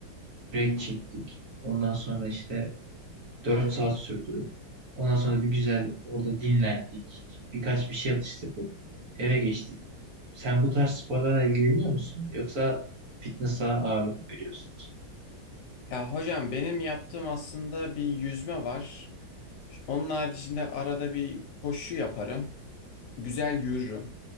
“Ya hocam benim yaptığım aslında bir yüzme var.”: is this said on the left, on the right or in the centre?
Left